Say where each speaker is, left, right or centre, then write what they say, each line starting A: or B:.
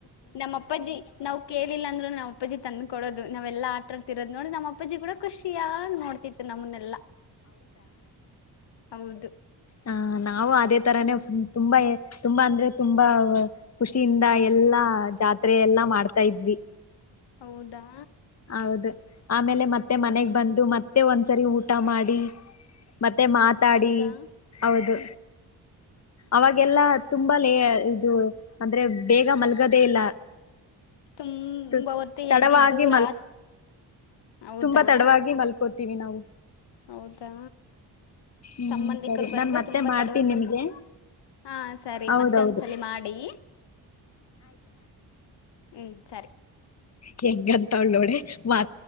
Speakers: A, on the left; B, on the left.
A: ನಮ್ಮ ಅಪ್ಪಾಜಿ ನಾವ್ ಕೇಳಿಲ್ಲ ಅಂದ್ರು ನಮ್ಮ ಅಪ್ಪಾಜಿ ತನ್ ಕೊಡೋದು ನಾವೆಲ್ಲ ಆಟಾಡ್ತಿರೋದು ನೋಡಿ ನಮ್ಮ ಅಪ್ಪಜಿ ಕೂಡ ಖುಷಿಯಾಗಿ ನೋಡ್ತಿತ್ತು ನಮ್ಮನೆಲ್ಲಾ ಹೌದು
B: ಹ ನಾವು ಅದೇ ತರಾನೇ ತುಂಬಾ ತುಂಬಾ ಅಂದ್ರೆ ತುಂಬಾ ಖುಷಿಯಿಂದ ಎಲ್ಲಾ ಜಾತ್ರೆ ಎಲ್ಲಾ ಮಾಡ್ತಾ ಇದ್ವಿ
A: ಹೌದಾ
B: ಹೌದು ಆಮೇಲೆ ಮತ್ತೆ ಮನೆಗ್ ಬಂದು ಮತ್ತೆ ಒಂದ್ಸರಿ ಊಟ ಮಾಡಿ ಮತ್ತೆ ಮಾತಾಡಿ
A: ಹೌದಾ
B: ಹೌದು ಅವಾಗೆಲ್ಲ ತುಂಬ ಲೇ ಇದು ಅಂದ್ರೆ ಬೇಗ ಮಲ್ಗದೇ ಇಲ್ಲ
A: ತುಂಬ
B: ತು
A: ಹೊತ್ತು
B: ತಡವಾಗಿ
A: ಎದ್ದಿದ್ದು ರಾತ್ ಹೌದಾ
B: ತುಂಬಾ ತಡವಾಗಿ ಮಲ್ಕೋತಿ ತಿವಿ ನಾವು
A: ಹೌದಾ
B: ಹ್ಮ್
A: ಸಂಬಂಧಿಕರು
B: ಸರಿ
A: ಬಂದ್ರೆ
B: ನಾನ್ ಮತ್ತೆ
A: ತುಂಬಾ
B: ಮಾಡ್ತೀನಿ
A: ತಡವಾಗ್ಮೇಲ್ಕಂತ
B: ನಿಮ್ಗೆ
A: ಹಾ ಸರಿ
B: ಹೌದೌದು
A: ಮತ್ತೆ ಒಂದ್ಸಲಿ ಮಾಡಿ ಹ್ಮ್ ಸರಿ
B: ಹೆಂಗ ತಳ್ಳೋಡೆ ವ